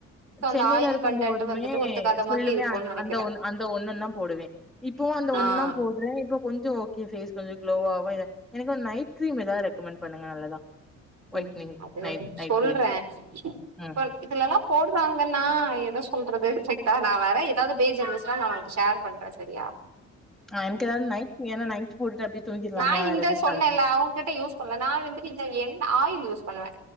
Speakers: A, on the right (about 65°); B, in the centre.
A: சோ அந்த
B: சென்னைல
A: ஆயில்
B: இருக்கும்போதுமே
A: கண்டென்ட் வந்துட்டு ஒத்துக்காத
B: ஃபுல்லுமே
A: மாதிரி இருக்குன்னு
B: அ
A: நெனைக்கிறே
B: அந்த ஒன் அந்த ஒன்னுன்னா போடுவே இப்பவு அந்த ஒன்னுனா
A: ஆ
B: போட்றே இப்ப கொஞ்சொ ஓகே ஃபேஸ் கொஞ்ச க்ளோவாவுய எனக்கு நைட் க்ரீம் எதா ரெக்கமண்ட் பண்ணுங்க நல்லதா
A: ம்
B: ஒயிட்னிங்
A: அது
B: நைட் நைட்
A: சொல்றே
B: கிரீம். ம்.
A: பண் இதுலல்லா போட்றாங்கன்னா எத சொல்றது ஃபேக்டா நா வேற எதாது பேஜ் இருச்சுன்னா நா ஒனக்கு ஷேர் பண்றே செரியா
B: ஆ எனக்கு ஏதாவது நைட் ஏன்னா நைட் போட்டுட்டு அப்படியே தூங்கிடலாமா
A: நா இந்த
B: வேற எதுவும்
A: சொன்னேல்ல
B: கலக்கும்.
A: அவுங் கிட்ட யூஸ் பண்ல நா வந்துட்டு இந்த என் ஆயில் யூஸ் பண்ணுவெ